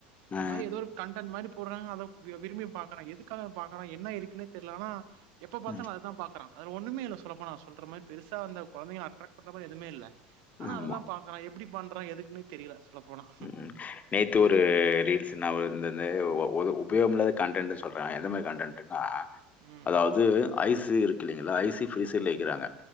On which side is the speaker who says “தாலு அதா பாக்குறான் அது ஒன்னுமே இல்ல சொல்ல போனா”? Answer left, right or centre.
Right